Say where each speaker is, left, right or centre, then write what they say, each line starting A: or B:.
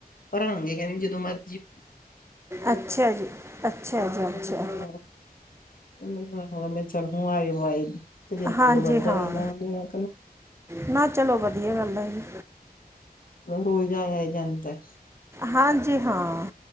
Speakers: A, on the left; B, on the right.
A: ਭਰਣਗੇ ਕਹਿੰਦੀ ਜਦੋਂ ਮਰਜ਼ੀ
B: ਅੱਛਾ ਜੀ-ਅੱਛਾ ਜੀ,
A: ਹਾਂ
B: ਅੱਛਾ।
A: ਮੈਨੂੰ ਚੱਲ ਹੁ ਆਏ-ਆਏ, ਇੱਕ ਦਿਨ
B: ਹਾਂਜੀ
A: ਹੋਰ ਵੱਧ
B: ਹਾਂ
A: ਜਾਂਦੇ ਆ।
B: ਨਾ ਚਲੋ, ਵਧੀਆ ਗੱਲ ਹੈ ਜੀ।
A: ਰੋਜ਼ ਆਇਆ ਜਾਂਦਾ।
B: ਹਾਂਜੀ ਹਾਂ।